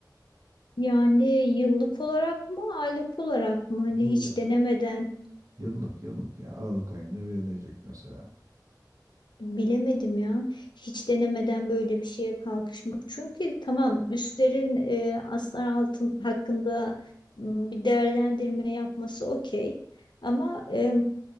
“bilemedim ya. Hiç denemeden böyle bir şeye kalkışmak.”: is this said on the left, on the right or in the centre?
Left